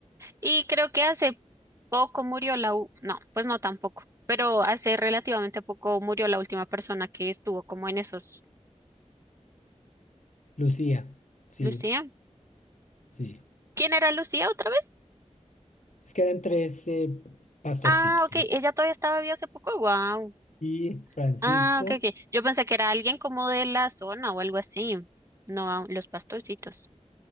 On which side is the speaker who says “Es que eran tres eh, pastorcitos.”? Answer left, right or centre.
Left